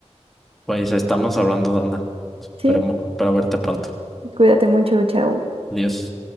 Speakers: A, in the centre; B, on the right (about 55°).
A: Pues estamos hablando, Dana. esperemos
B: Sí,
A: espero verte pronto.
B: cuídate mucho, chao.
A: Adiós.